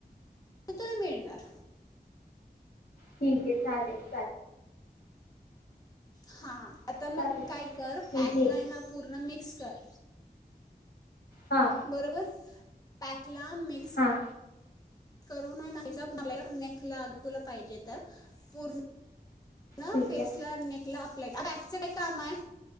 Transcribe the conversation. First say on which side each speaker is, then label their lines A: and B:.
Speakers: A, on the left; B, on the left.
A: <inaudible> तुला मिळणार.
B: ठीके चालेल चालेल.
A: हां. आता मग
B: चालेल
A: काय कर,
B: मी
A: पॅकलायना
B: घेत
A: पूर्ण मिक्स कर.
B: हां
A: बरोबर. पॅक. ला मिक्स
B: हां
A: करुन नाहिसा <unintelligible> अप्लाई कर <unintelligible> तुला पाहिजे तर, पूर ना
B: ठीक
A: फेसला
B: आहे
A: नेकला आप <unintelligible> पॅकच काय कामाय